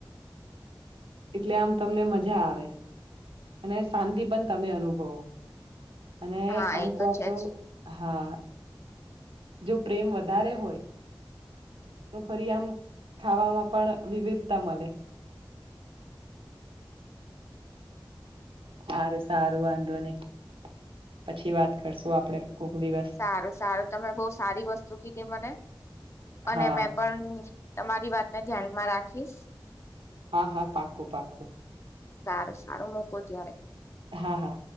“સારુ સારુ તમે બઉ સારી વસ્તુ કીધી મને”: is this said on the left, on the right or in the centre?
Left